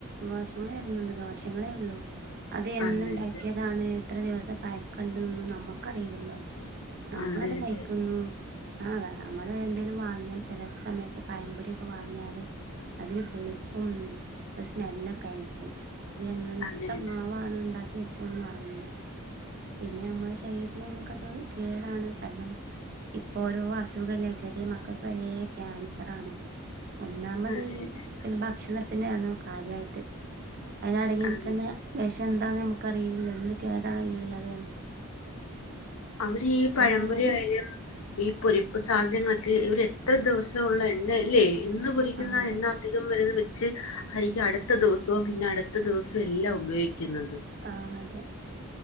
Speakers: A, on the right; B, on the left.
A: ദോഷങ്ങൾ വരുന്നുണ്ട് ദോഷങ്ങളേയുള്ളൂ അത് എന്നുണ്ടാക്കിയാ
B: അതെ അതെ
A: യതാണ് എത്ര ദിവസത്തെ പായ്ക്കുണ്ടെന്നൊന്നും നമ്മുക്കറിയില്ലല്ലോ നമ്മളതുകഴിക്കുന്നു
B: അതെ
A: ആഹ് നമ്മള് എന്തേങ്കലും വാങ്ങിയാൽ ചെല സമയത്ത് പയംപൊരിക്കെ വാങ്ങിയാല് അതിന് പുളിപ്പും സ്മെല്ലൊക്കെ ആയിരിക്കും ഇ എങ്ങനെത്തെ
B: അതെ അതെ
A: മാവ ണ് ഉണ്ടാക്കി വെച്ചോനൊന്നുംഅറിയില്ല പിന്നെ നമ്മള് ശരീരത്തിന് നമ്മുക്കത് കേടാണ് കാരണം ഇപ്പോരോ അസുഖല്ലേ വെച്ചാല് മക്കൾക്ക് വരെ ക്യാൻസർ ആണ് ഒന്നാമത്
B: അതെ
A: ഈ
B: അതെ
A: പിന്നെ ഭക്ഷണത്തിന്റെ ആണ് കാര്യയിട്ട് അയ്ൽ അടങ്ങിയിരിക്കുന്ന
B: അതെ
A: വെഷം എന്താന്ന് നമുക്ക് അറിയിലല്ലോ എന്ത് കേടാണ് അയിലള്ളതന്ന്
B: അവര് ഈ പഴമ്പൊരി
A: നമ്മള്
B: ആയാലും ഈ പൊരിപ്പ് സാധനങ്ങളൊക്കെ ഇവർ എത്ര ദിവസം ഉള്ള എണ്ണല്ലേ ഇന്ന് പൊരിക്കുന്ന
A: ആ അതെ
B: എണ്ണ അധികം വര്ന്നത് ച്ച് ആരിക്കു അടുത്ത ദിവസവും പിന്നെ അടുത്ത ദിവസവും എല്ലാം ഉപയോഗിക്കുന്നത്.
A: ആ, അതെ